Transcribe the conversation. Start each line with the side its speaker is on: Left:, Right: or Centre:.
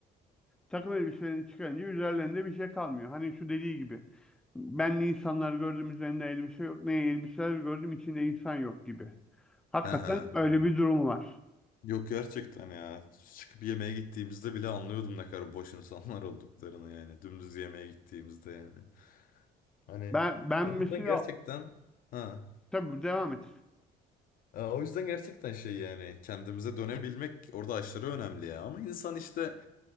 Centre: Takım elbiselerini çıkarınca üzerlerinde bir şey kalmıyor. Hani şu dediği gibi. Benli insanlar gördüm üzerinde elbise yok. Ne elbiseler gördüm içinde insan yok gibi. Hakikaten
Left: He he.
Centre: öyle bir durum var.
Left: Yok gerçekten ya. Çıkıp yemeğe gittiğimizde bile anlıyordum ne kadar boş insanlar <laughs> olduklarını yani. Dümdüz yemeğe gittiğimizde yani. Hani
Centre: Ben ben
Left: o
Centre: mesela
Left: yüzden gerçekten ha.
Centre: tabii devam et.
Left: E, O yüzden gerçekten şey yani kendimize dönebilmek orada aşırı önemli ya. Ama insan işte